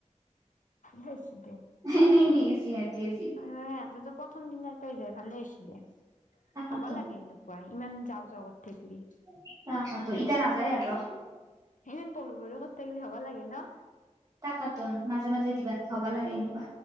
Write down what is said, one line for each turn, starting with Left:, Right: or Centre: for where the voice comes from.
Left: <unintelligible> দে।
Right: এনে এনেই গৈছে সিহঁতি আজি।
Left: এ সিহঁতেটো প্ৰথম দিনাৰ পাই যায় ভালেই হৈছে দে
Right: তাকাতোন
Left: হ'ব লাগে এনেও। <unintelligible> ইমান যাওঁ যাওঁ থাকিলি।
Right: <unintelligible> ইতিয়া নাযায় আৰু।
Left: ইমান পঢ়োঁ পঢ়োঁ কৰি থাকিলে হব লাগে ন?
Right: তাকেটোন মাজে মাজে দিবা হ'ব লাগে এনেকুৱা।